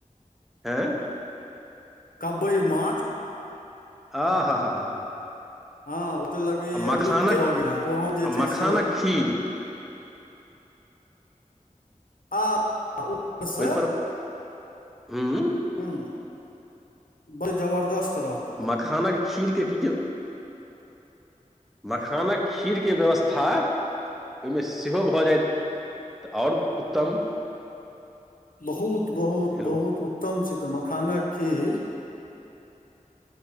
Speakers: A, in the centre; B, on the left.
A: आँय
B: कबई माँछ
A: आ- हा-हा-हा
B: हँ ओ तऽ लगैया
A: आ मखानक
B: विलुप्ते भऽ गेल हे ओ हम जे
A: आ
B: छै
A: मखानक
B: से
A: खीर
B: आ ऊपर से
A: ओहिपर हूँ उँ
B: हूँ बड़ी जबरदस्त रह-
A: मखानक खीर के की जे मखानक खीर के व्यवस्था ओहिमे सेहो भऽ जायत तऽ आओर उत्तम
B: बहुत बहुत
A: हेलो
B: बहुत उत्तम छै तऽ मखानक खीर